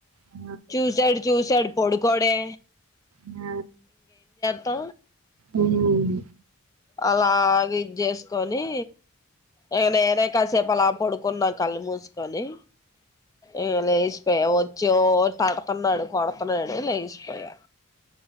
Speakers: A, on the right; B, on the left.
A: ఆ,
B: చూసాడు చూసడు పొడుకోడే
A: ఆ,
B: త్త
A: ఉమ్
B: అలాగే ఇది చేసుకొని ఎగ నేనే కాసేప్పలా పడు కున్నా కళ్ళు మూసుకొని ఇక లేసిపోయా వచ్చి ఓ తడుతున్నాడు కొడుతున్నాడు లేసిపోయా